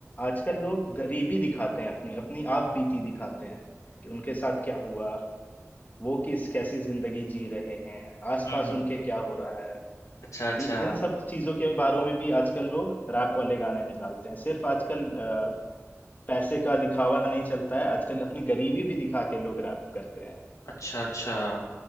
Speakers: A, on the left (about 30°); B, on the left (about 85°).
A: आजकल लोग गरीबी दिखाते हैं अपनी अपनी आप बीती दिखाते हैं कि उनके साथ क्या हुआ वो किस कैसी जिंदगी जी रहे हैं आसपास
B: हम्म हम्म
A: उनके क्या हो रहा है
B: अच्छा, अच्छा।
A: ये इन सब चीजों के बारे में भी आजकल लोग रैप वाले गाने निकालते हैं सिर्फ आजकल अ, पैसे का दिखावा नहीं चलता है आजकल अपनी गरीबी भी दिखा के लोग रैप करते हैं
B: अच्छा, अच्छा।